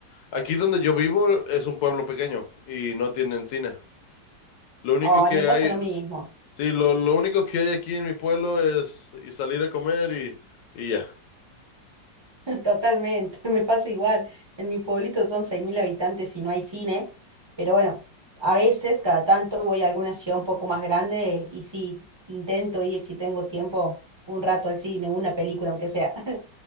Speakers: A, on the left; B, on the right.
A: aquí donde yo vivo es un pueblo pequeño y no tienen cine. Lo único
B: Ay,
A: que
B: me pasa
A: hay,
B: lo mismo.
A: es- sí, lo, lo único que hay aquí en mi pueblo es y salir a comer y, y ya.
B: Totalmente, <laughs> me pasa igual. En mi pueblito son 6.000 habitantes y no hay cine, pero bueno, a veces, cada tanto, voy a alguna ciudad un poco más grande y sí, intento ir si tengo tiempo un rato al cine, una película, aunque sea. <laughs>